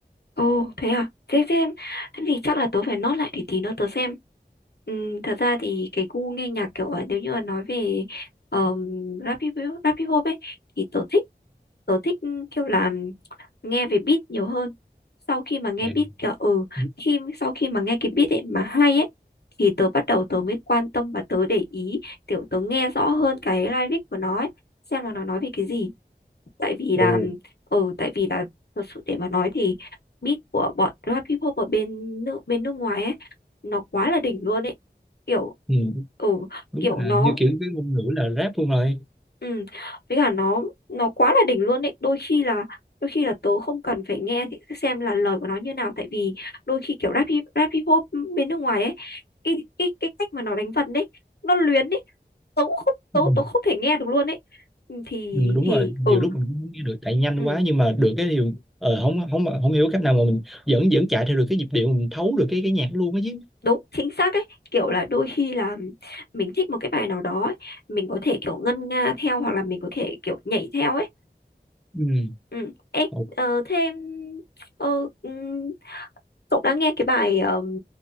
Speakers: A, on the left; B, in the centre.
A: Ồ, thế à? Thế xem, thế thì chắc là tớ phải nốt lại để tí nữa tớ xem. Ừm, thật ra thì cái gu nghe nhạc kiểu ờ, nếu như là nói về um, rap, hip, rap hip hop ấy thì tớ thích tớ thích kiểu là nghe về beat nhiều hơn. Sau khi mà nghe
B: à,
A: beat kiểu ừ
B: ừm,
A: khi sau khi mà nghe cái beat ấy mà hay ấy thì tớ bắt đầu tớ mới quan tâm và tớ để ý kiểu tớ nghe rõ hơn cái lyric của nó ấy, xem là nó nói về cái gì tại vì
B: ồ,
A: là ừ tại vì là thật sự để mà nói thì beat của bọn rap hip hop ở bên nước bên nước ngoài ấy nó quá là đỉnh luôn ấy kiểu
B: ừ,
A: ừ
B: đúng
A: kiểu
B: là
A: nó
B: như, kiểu, cái ngôn ngữ là Rap luôn rồi.
A: ừ với cả nó nó quá là đỉnh luôn ấy đôi khi là đôi khi là tớ không cần phải nghe thì xem là lời của nó như nào tại vì đôi khi kiểu rap hip rap hip hop bên nước ngoài ấy cái cái cái cách mà nó đánh vần ấy nó luyến ấy tớ cũng không tớ
B: Ừm,
A: tớ không thể nghe được luôn ấy Ừ, thì
B: ừm, đúng
A: thì
B: rồi, nhiều
A: ừ
B: lúc mình cũng không nghe được tại nhanh
A: ừ
B: quá nhưng mà được cái điều ờ, không không hổng hiểu cách nào mà mình vẫn vẫn chạy theo được cái nhịp điệu, mình thấu được cái cái nhạc luôn á chứ.
A: đúng chính xác ấy kiểu là đôi khi là mình thích một cái bài nào đó ấy, mình có thể kiểu ngân nga theo hoặc là mình có thể kiểu nhảy theo ấy
B: Ừm,
A: ừ Ê,
B: ồ,
A: ờ, thêm ờ, ừm, cậu đã nghe cái bài ờm,